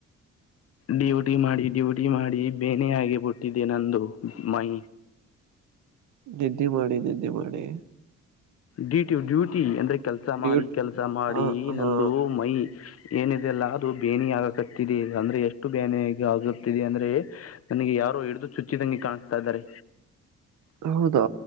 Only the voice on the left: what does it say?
ಡ್ಯೂಟಿ ಮಾಡಿ ಡ್ಯೂಟಿ ಮಾಡಿ ಬೇನೆ ಆಗಿಬಟ್ಟಿದ್ದೆ ನಂದು ಮೈ
ಡ್ಯೂ ಟು ಡ್ಯೂಟಿ ಅಂದ್ರೆ ಕೆಲ್ಸ
ಮಾಡಿ ಕೆಲ್ಸ ಮಾಡಿ
ನಂದು
ಮೈ ಏನಿದೆ ಅಲ್ಲ ಅದು ಬೇನಿ ಆಗಕತ್ತಿದೆ ಅಂದ್ರೆ ಎಷ್ಟು ಬೇನೆ ಆಗುತ್ತಿದೆ ಅಂದ್ರೆ ನನಗೆ ಯಾರೋ ಹಿಡಿದು ಚುಚ್ಚಿದಂಗಿ ಕಾಣ್ತಾ ಇದಾರೆ